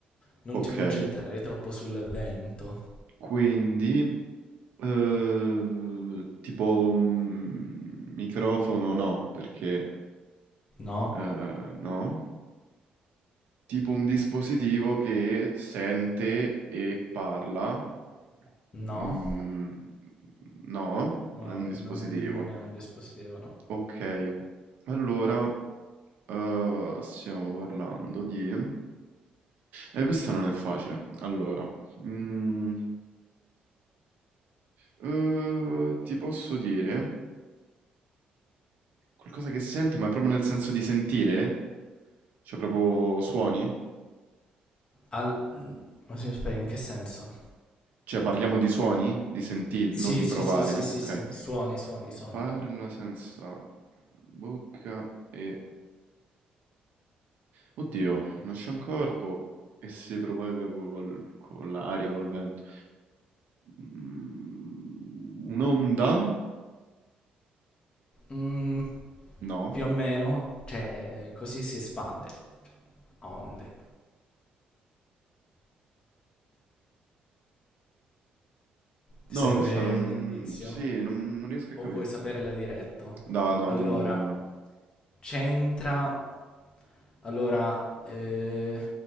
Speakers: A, on the left (about 30°); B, on the right (about 65°).
A: non
B: okay.
A: ti concentrare troppo sul vento.
B: Quindi, uhm, tipo, mhmm, microfono no, perché,
A: No,
B: ehm, no? tipo un dispositivo che sente e parla.
A: no,
B: Mm, no,
A: no,
B: non è un dispositivo.
A: non, non è un dispositivo, no.
B: Ok, allora eh, stiamo parlando di... Eh, questa non è facile. Allora, mm, eh, ti posso dire qualcosa che sente, ma è proprio nel senso di sentire? Cioè proprio suoni?
A: Al... mm, Ma sì, aspetta, in che senso?
B: Cioè parliamo di suoni, di sentire,
A: Sì,
B: non di
A: sì,
B: provare,
A: sì, sì, sì,
B: ok?
A: sì, suoni, suoni,
B: Quindi
A: suoni.
B: parla senza bocca e... Oddio, non c'è un corpo e si propaga co- col- con l'aria, col vento. Mm, Un'onda?
A: Mm,
B: No.
A: più o meno, cioè, così si espande. A Onde. Ti
B: No,
A: serve
B: questa non...
A: un indizio?
B: Sì, non, non riesco a
A: O
B: capire.
A: vuoi saperla diretto?
B: No, no,
A: Allora,
B: dimmela, dimmela.
A: c'entra... Allora, eh,